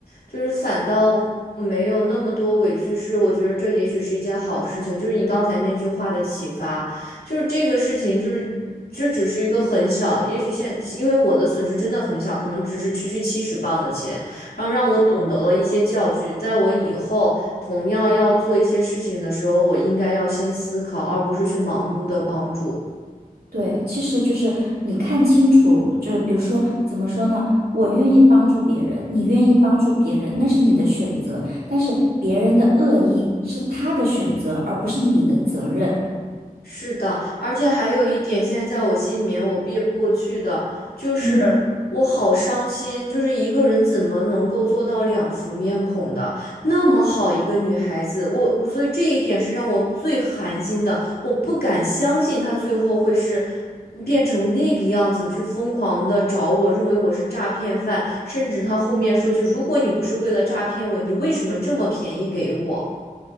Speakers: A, on the left (about 80°); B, on the right (about 85°).
A: 就是反倒没有那么多委屈，是我觉得这也许是一件好事情，就是你刚才那句话的启发，就是这个事情，就是这只是一个很小，也许现因为我的损失真的很小，可能只是区区七十磅的钱，然后让我懂得了一些教训，在我以后同样要做一些事情的时候，我应该要先思考，而不是去盲目的帮助。
B: 对，其实就是你看清楚，就是比如说，怎么说呢？我愿意帮助别人，你愿意帮助别人，那是你的选择，但是别人的恶意是他的选择，而不是你的责任。
A: 是的，而且还有一点，现在在我心里面我憋不过去的，就是
B: 嗯，
A: 我好伤心，就是一个人怎么能够做到两副面孔的？那么好一个女孩子，我我所以这一点是让我最寒心的，我不敢相信她最后会是变成那个样子，去疯狂的找我，认为我是诈骗犯，甚至她后面说句，如果你不是为了诈骗我，你为什么这么便宜给我？